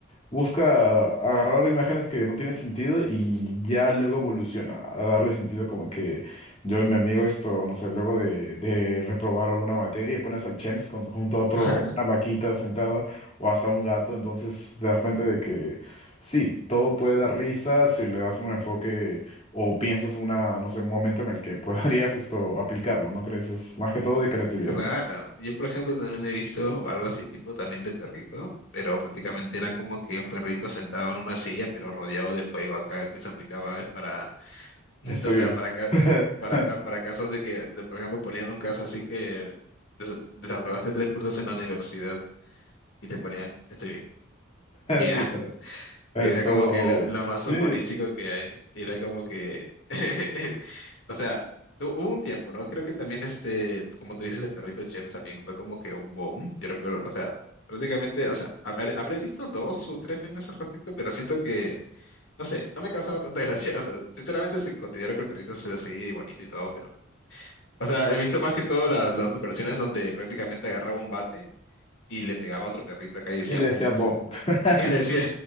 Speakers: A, on the left (about 30°); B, on the left (about 70°).
A: busca agarrar imágenes que no tienen sentido y ya luego evoluciona a darle sentido como que yo y mi amigo esto, no sé, luego de, de reprobar alguna materia y pones al Chems con- junto a otro,
B: <laughs>
A: o una vaquita sentada o hasta un gato, entonces te das cuenta de que sí, todo puede dar risa si le das un enfoque o piensas una, no sé, un momento en el que <laughs> podrías esto aplicarlo, ¿no crees? Es más que todo de creatividad.
B: Claro, yo por ejemplo también he visto algo así tipo también de perrito, pero prácticamente era como que un perrito sentado en una silla pero rodeado de fuego acá que se aplicaba para, <laughs>
A: Estoy
B: o sea,
A: bien.
B: para ca-
A: <laughs>
B: para, ah, para casos de que, de, por ejemplo, ponían un caso así que des- desaprobaste tres cursos en la universidad y te ponían, estoy bien. Ya.
A: Literal. Esto,
B: Era como que lo, lo más
A: sí.
B: humorístico que hay. Era como que. <laughs> O sea, tu- hubo un tiempo, ¿no? Creo que también, este, como tú dices, el perrito James también fue como que un boom. Yo recuerdo, o sea, prácticamente, o sea, haber- habré visto dos o tres memes al respecto, pero siento que, no sé, no me causaba tanta gracia. <laughs> O sea, sinceramente sí, considero que el perrito es así bonito y todo, pero. O sea, he visto más que todo las, las versiones donde prácticamente agarraba un bate y le pegaba a otro perrito acá y decía
A: Y le
B: bonk.
A: decía bonk.
B: <laughs>
A: <laughs>
B: Y le decía,